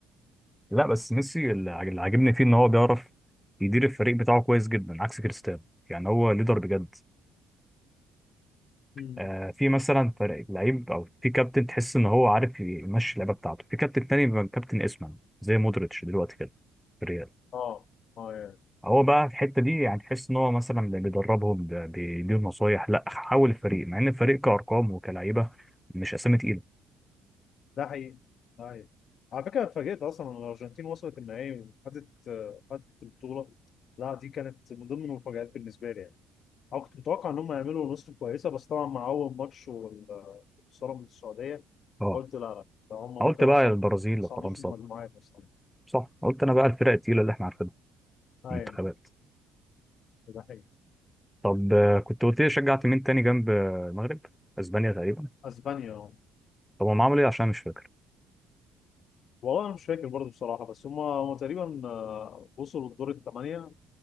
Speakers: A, in the centre; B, on the left (about 50°).
A: لا بس ميسي اللي عاج- اللي عاجبني فيه ان هو بيعرف يدير الفريق بتاعه كويس جدا عكس كريستيانو يعني هو ليدر بجد
B: مم.
A: آه في مثلا فريق لعيب او في كابتن تحس ان هو عارف يمشي اللعبه بتاعته في كابتن تاني بيبقى كابتن اسمه زي مودريتش دلوقتي كده في الريال
B: اه اه
A: هو بقى في الحته دي يعني تحس ان هو مثلا اللي بيدربهم ده بيديهم نصايح لا حول الفريق مع ان الفريق كارقام وكلعيبه مش اسامي تقيله
B: ده حقيقي ده حقيقي على فكره اتفاجئت اصلا ان الارجنتين وصلت النهائي وخدت آه، خدت البطوله لا دي كانت من ضمن المفاجآت بالنسبه لي يعني انا كنت متوقع ان هم يعملوا نسخه كويسه بس طبعا مع اول ماتش والخساره من السعوديه
A: اه
B: قلت لا لا ده هم ممكن
A: قلت بقى
B: اصلا
A: البرازيل
B: ما يصعدوش
A: لفرنسا
B: من المجموعات اصلا
A: صح قلت انا بقى الفرق التقيله اللي احنا عارفينها
B: ايوه
A: المنتخبات
B: ده حقيقي
A: طب آه، كنت قلت لي شجعت مين تاني جنب آه، المغرب اسبانيا تقريبا
B: اسبانيا آه.
A: طب هم عملوا ايه عشان مش فاكر
B: والله انا مش فاكر برضه بصراحه بس هم هم تقريبا آه، وصلوا الدور الثمانيه